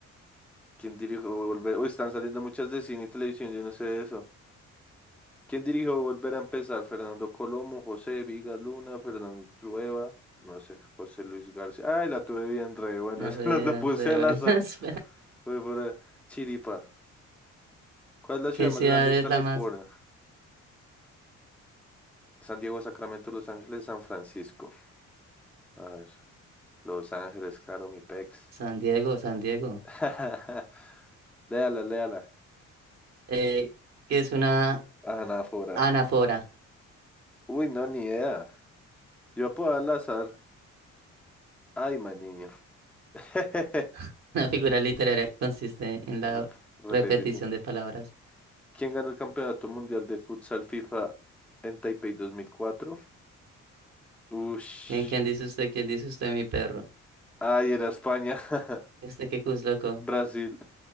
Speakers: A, in the centre; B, on the right.
A: ¿Quién dirigió Volver? Uy, están saliendo muchas de cine y televisión, yo no sé de eso. ¿Quién dirigió Volver a empezar? Fernando Colomo, José Vigas Luna, Fernando Trueba, no sé, José Luis García. Ay, la tuve bien re buena,
B: No,
A: <laughs> se
B: Re,
A: la, la puse
B: re
A: al
B: buenas.
A: azar. Fue por eh, Chiripa.
B: <laughs>
A: ¿Cuál es la ciudad
B: ¿Qué
A: más
B: ciudad
A: grande de
B: es
A: California?
B: la más?
A: San Diego, Sacramento, Los Ángeles, San Francisco. A ver, Los Ángeles, claro, mi pex.
B: San Diego, San Diego.
A: <laughs> Léala, léala.
B: Eh, ¿qué es una
A: Anáfora.
B: anáfora?
A: Uy, no, ni idea. Yo puedo al azar. Ay, man, niño. <laughs>
B: <laughs> Una figura literaria que consiste en la
A: Rep- Repete,
B: repetición
A: sí.
B: de palabras.
A: ¿Quién ganó el Campeonato Mundial de Futsal FIFA en Taipei 2004? Ush.
B: ¿Quién, quién dice usted? ¿Quién dice usted, mi perro?
A: Ay, era España. <laughs>
B: ¿Este qué cus, loco?
A: Brasil.